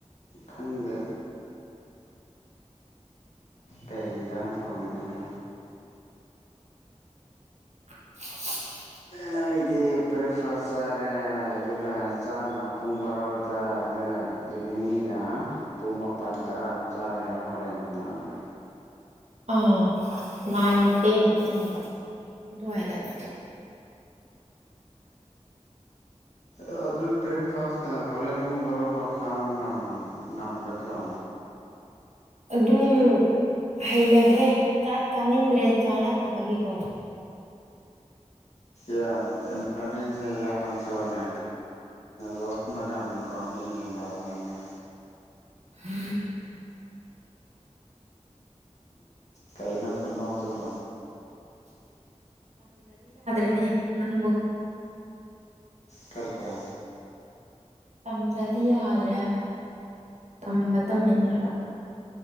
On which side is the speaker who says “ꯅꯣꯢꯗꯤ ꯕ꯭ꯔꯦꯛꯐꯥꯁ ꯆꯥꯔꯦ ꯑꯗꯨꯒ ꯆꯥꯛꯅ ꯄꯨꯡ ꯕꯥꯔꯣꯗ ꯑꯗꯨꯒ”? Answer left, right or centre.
Left